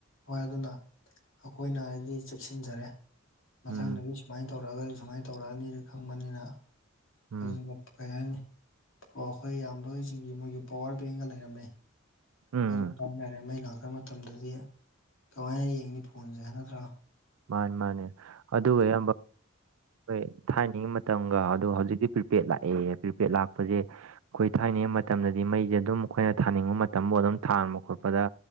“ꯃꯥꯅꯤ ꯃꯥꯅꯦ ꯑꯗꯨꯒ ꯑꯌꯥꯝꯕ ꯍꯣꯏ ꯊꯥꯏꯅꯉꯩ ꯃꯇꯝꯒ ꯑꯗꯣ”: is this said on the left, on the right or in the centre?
Right